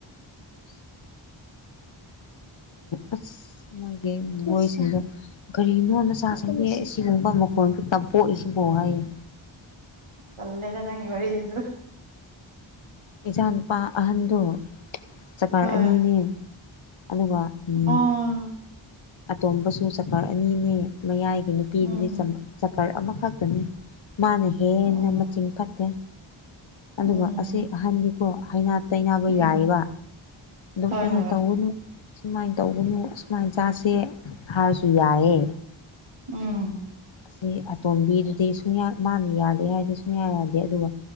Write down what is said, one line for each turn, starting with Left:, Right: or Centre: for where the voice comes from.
Left: ꯑꯁ ꯃꯥꯒꯤ ꯚꯣꯏꯁꯤꯡꯗꯣ ꯀꯔꯤꯅꯣ ꯅꯆꯥꯁꯤꯡꯁꯦ ꯑꯁꯤꯒꯨꯝꯕ ꯃꯈꯣꯟ ꯈꯛꯇ ꯄꯣꯛꯏꯁꯤꯕꯣ ꯍꯥꯏꯌꯦ
Right: ꯇꯜꯂꯦꯗ ꯅꯪ ꯋꯥꯔꯤꯁꯤꯁꯨ
Left: ꯏꯆꯥ ꯅꯨꯨꯄꯥ ꯑꯍꯟꯗꯣ ꯆꯀꯔ
Right: ꯍꯣꯏ
Left: ꯑꯅꯤꯅꯦ ꯑꯗꯨꯒ ꯎꯝ
Right: ꯑꯣ
Left: ꯑꯇꯣꯝꯕꯁꯨ ꯆꯀꯔ ꯑꯅꯤꯅꯦ ꯃꯌꯥꯏꯒꯤ ꯅꯨꯄꯤ
Right: ꯎꯝ
Left: ꯅꯨꯄꯤꯗꯨꯗꯤ ꯆꯝ ꯆꯀꯔ ꯑꯃꯈꯛꯇꯅꯦ ꯃꯥꯅ ꯍꯦꯟꯅ
Right: ꯑꯣ
Left: ꯃꯆꯤꯡ ꯐꯠꯇꯦ ꯑꯗꯨꯒ
Right: ꯎꯝ
Left: ꯑꯁꯤ ꯑꯍꯟꯗꯤꯀꯣ ꯍꯥꯏꯅ ꯇꯩꯅꯕ
Right: ꯎꯝ
Left: ꯌꯥꯏꯕ ꯑꯗꯨꯝ
Right: ꯍꯣꯏ
Left: ꯑꯩꯅ
Right: ꯍꯣꯏ
Left: ꯇꯧꯒꯅꯨ ꯁꯨꯃꯥꯏꯅ ꯇꯧꯒꯅꯨ ꯑꯁꯨꯃꯥꯏꯅ ꯆꯥꯁꯦ ꯍꯥꯏꯔꯁꯨ ꯌꯥꯌꯦ
Right: ꯎꯝ
Left: ꯑꯁꯤ ꯑꯇꯣꯝꯕꯤꯗꯨꯗꯤ ꯁꯨꯡꯌꯥ ꯃꯥꯅ ꯌꯥꯗꯦ ꯍꯥꯏꯔꯗꯤ ꯁꯨꯡꯌꯥ ꯌꯥꯗꯦ ꯑꯗꯨꯒ